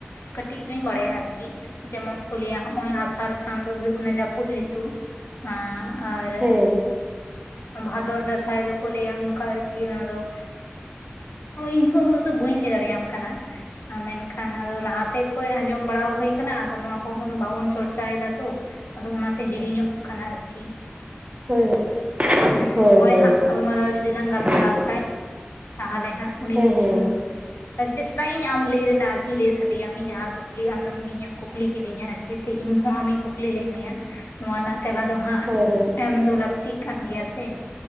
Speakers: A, on the left; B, on the right.
A: ᱠᱟᱹᱴᱤᱡ ᱫᱩᱧ ᱵᱟᱲᱟᱭᱟ ᱟᱨᱠᱤ ᱡᱮᱢᱚᱱ ᱠᱚ ᱞᱟᱹᱭᱟ ᱱᱚᱜᱼᱚᱭ ᱟᱥᱟᱲ ᱥᱟᱱ ᱫᱚ ᱦᱩᱭᱩᱜ ᱠᱟᱱᱟ ᱡᱟᱹᱯᱩᱫ ᱨᱤᱛᱩ ᱟᱨ
B: ᱦᱮᱸ
A: ᱵᱷᱟᱫᱚᱨ ᱫᱟᱸᱥᱟᱭ ᱫᱚ ᱠᱚ ᱞᱟᱹᱭᱟ ᱚᱱᱠᱟ ᱟᱨᱠᱤ ᱚᱱᱟ ᱫᱚᱜ ᱤᱧᱦᱚ ᱩᱱᱟᱹᱜ ᱫᱚ ᱵᱟᱹᱧ ᱞᱟᱹᱭ ᱫᱟᱲᱮᱭᱟᱢ ᱠᱟᱱᱟ ᱢᱮᱱᱠᱷᱟᱱ ᱟᱫᱚ ᱞᱟᱦᱟᱛᱮ ᱠᱷᱚᱡ ᱟᱸᱡᱚᱢ ᱵᱟᱲᱟ ᱦᱩᱭ ᱟᱠᱟᱱᱟ ᱟᱫᱚ ᱱᱚᱣᱟ ᱠᱚᱦᱚ ᱵᱟᱵᱚᱱ ᱪᱚᱨᱪᱟᱭ ᱮᱫᱟ ᱛᱚ ᱟᱫᱚ ᱚᱱᱟᱛᱮ ᱦᱤᱲᱤᱧᱚᱜ ᱠᱟᱱᱟ ᱟᱨᱠᱤ
B: ᱦᱳᱭ
A: ᱦᱮᱸ
B: ᱦᱳᱭ
A: ᱯᱚᱨᱮ
B: ᱦᱳᱭ
A: ᱦᱟᱸᱜ ᱜᱟᱞᱢᱟᱨᱟᱣ ᱡᱩᱫᱤ ᱞᱟᱝ ᱜᱟᱞᱢᱟᱨᱟᱣ
B: ᱦᱮᱸ
A: ᱠᱷᱟᱡ ᱛᱟᱦᱚᱞᱮ ᱦᱟᱸᱜ ᱩᱱᱤᱧ
B: ᱦᱮᱸ
A: ᱤᱧ ᱪᱮᱥᱴᱟᱭᱟᱹᱧ ᱟᱢ ᱞᱟᱹᱭ ᱨᱮᱱᱟᱜ ᱟᱨᱠᱤ ᱞᱟᱹᱭ ᱥᱟᱰᱮᱭᱟᱢᱤᱧ ᱡᱟᱦᱟᱸ ᱠᱩᱠᱞᱤ ᱟᱢᱮᱢ ᱤᱧᱮᱢ ᱠᱩᱠᱞᱤ ᱠᱤᱫᱤᱧᱟ ᱠᱤᱥᱤ ᱤᱧᱦᱚᱸ ᱟᱢᱤᱧ ᱠᱩᱠᱞᱤ ᱞᱮᱫ ᱢᱮᱭᱟ ᱱᱚᱣᱟ ᱨᱮᱱᱟᱜ ᱛᱮᱞᱟ ᱫᱚ ᱦᱟᱸᱜ
B: ᱦᱳᱭ ᱦᱳᱭ
A: ᱮᱢ ᱫᱚ ᱞᱟᱹᱠᱛᱤᱜ ᱠᱟᱱ ᱜᱮᱭᱟ ᱥᱮ